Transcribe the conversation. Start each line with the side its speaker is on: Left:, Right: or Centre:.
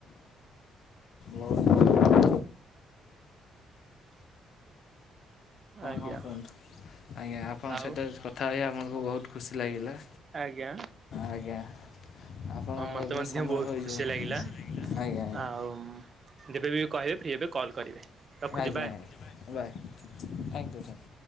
Left: <unintelligible>
Right: ଆଜ୍ଞା।
Left: ହଁ କୁହନ୍ତୁ ଆଜ୍ଞା ଆପଣଙ୍କ
Right: ଆଉ
Left: ସହିତ କଥା ହେଇ ଆମଙ୍କୁ ବହୁତ୍ ଖୁସି ଲାଗିଲା।
Right: ଆଜ୍ଞା
Left: ଆଜ୍ଞା ଆପଣଙ୍କର
Right: ମତେ ମଧ୍ୟ
Left: ସମୟ
Right: ବହୁତ୍
Left: ହୋଇଯିବ
Right: ଖୁସି ଲାଗିଲା।
Left: ଆଜ୍ଞା ଆଜ୍ଞା
Right: ଆଉ ଯେବେ ବି କହିବେ ଫ୍ରି ହେବେ କଲ୍ କରିବେ ରଖୁଛି
Left: ଆଜ୍ଞା
Right: ବାଏ।
Left: ଆଜ୍ଞା ବାଏ।
Right: <inaudible>
Left: Thank you thank you